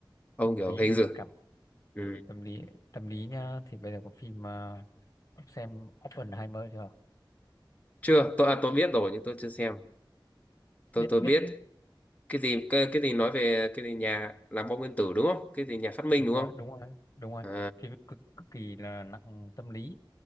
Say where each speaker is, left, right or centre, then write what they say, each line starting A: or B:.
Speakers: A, on the left; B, on the left.
A: ông
B: tâm
A: kiểu
B: lý
A: hình dự
B: cảm
A: ừ.
B: tâm lý tâm lý nhá thì bây giờ có phim uh, ông xem Oppenheimer chưa
A: chưa tôi à, tôi biết rồi nhưng tôi chưa xem tôi
B: biết
A: tôi
B: biết
A: biết cái gì cái, cái gì nói về cái gì nhà làm bom nguyên tử đúng không cái gì nhà phát minh
B: đúng
A: đúng
B: rồi
A: không
B: đúng rồi đúng rồi
A: à
B: phim cực cực kỳ là nặng tâm lý